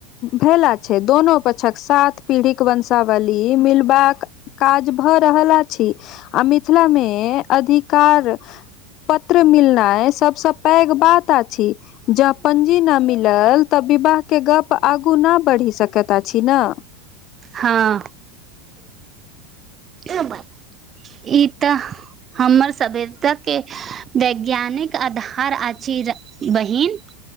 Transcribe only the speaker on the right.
हँ <inaudible> ई तऽ। हमर सभ्यता के वैज्ञानिक आधार अछि बहिन